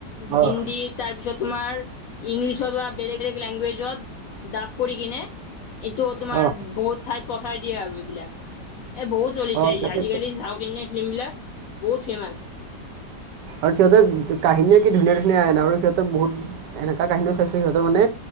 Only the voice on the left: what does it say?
হিন্দীত তাৰ পিছত তোমাৰ ইংলিছত বা বেলেগ বেলেগ লেংগুৱেজত ডাব কৰি কিনে এইটো তোমাৰ
বহুত ঠাইত পঠাই দিয়ে আৰু এইবিলাক। এ বহুত চলিছে
আজিকালি চাউথ ইণ্ডিয়ান ফিল্ম বিলাক বহুত ফেমাচ